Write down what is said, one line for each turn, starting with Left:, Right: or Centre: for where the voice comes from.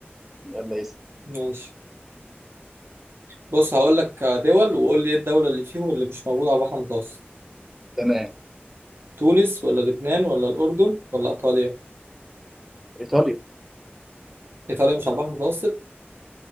Centre: يلا يس
Right: ماشي بص هقول لك دول وقول لي ايه الدولة اللي فيهم اللي مش موجودة على البحر المتوسط
Centre: تمام
Right: تونس ولا لبنان ولا الأردن ولا إيطاليا
Centre: إيطاليا
Right: إيطاليا مش على البحر المتوسط